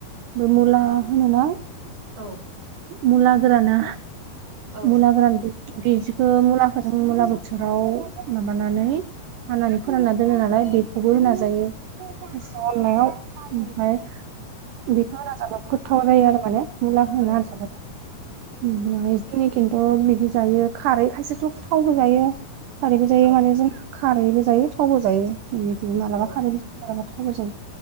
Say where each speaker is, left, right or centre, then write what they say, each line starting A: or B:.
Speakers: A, on the right; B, on the right.
A: बे मुला होनोना
B: औ
A: मुला गोराना
B: औ
A: मुला गोरान बिदिखौ मुलाखौ जों मुला बोथोराव माबानानै होनानै फोरानना दोनो नालाय बेखौबो होना जायो अनलायाव ओमफाय बेखौ होना जाबा गोथाव जायो आरो माने मुला होना
B: औ
A: जाबाबो ओमफ्राय
B: उम
A: बिदिनो खिन्थु बिदि जायो खारै खायसेथ' थावबो जायो खारैबो जायो
B: औ
A: माने जों खारैबो जायो थावबो जायो मालाबा
B: औ
A: खारैबो जायो मालाबा थावबो जायो